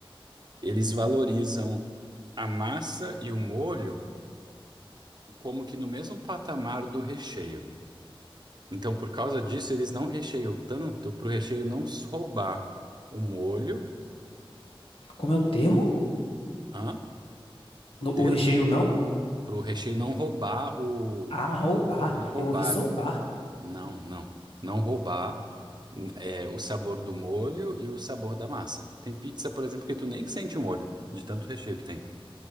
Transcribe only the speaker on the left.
Como é o termo?
No-
o recheio não?
Ah, roubar.
Eu ouvi soubar.